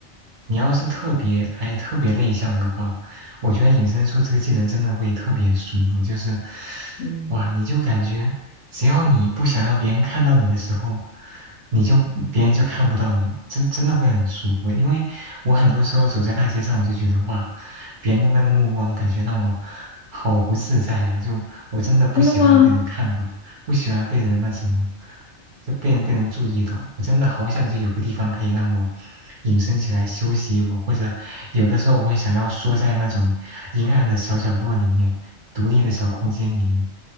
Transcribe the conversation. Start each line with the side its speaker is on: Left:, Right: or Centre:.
Right: 你要是特别 I 特别内向的话，我觉得隐身术这个技能真的会特别舒服，就是，
Left: 嗯，
Right: 哇，你就感觉只要你不想让别人看到你的时候，你就别人就看不到你，真真的会很舒服。因为我很多时候走在大街上，我就觉得哇，别人的那个目光感觉让我好不自在呀、就我真的不喜欢被人看到，
Left: 真的吗？
Right: 不喜欢被人那什么，就被人被人注意到，我真的好想就有个地方可以让我。隐身起来休息我或者有的时候我会想要缩在那种阴暗的小角落里面，独立的小空间里面。